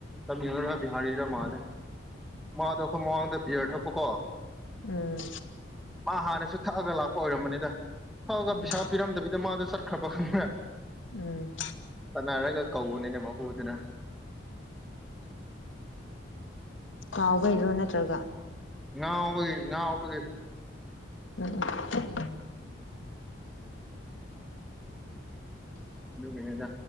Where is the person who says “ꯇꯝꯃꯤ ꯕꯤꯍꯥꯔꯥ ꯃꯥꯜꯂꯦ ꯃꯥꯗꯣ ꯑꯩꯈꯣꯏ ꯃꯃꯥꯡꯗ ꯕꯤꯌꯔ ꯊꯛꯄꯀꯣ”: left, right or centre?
Centre